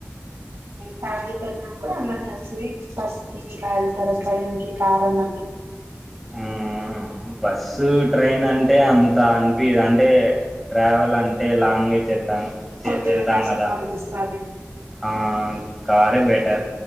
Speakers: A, on the right (about 70°); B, in the centre.
A: ఫ్యామిలీ తో వెళ్ళినప్పుడు అందరు కలిసి ఫస్ట్ కి ఇలా వెళ్తారు ట్రైన్ కి కార అన్నట్టు
B: ఉ ఆ బస్సు ట్రైన్ అంటే అంత అనిపియ్యదు అంటే ట్రావెల్ అంటే లాంగ్వేజ్ చేస్తాం
A: కొద్దిగా
B: వెళ్తాం
A: కష్టం
B: కదా
A: అనిపిస్తది
B: ఆ కారే బెటర్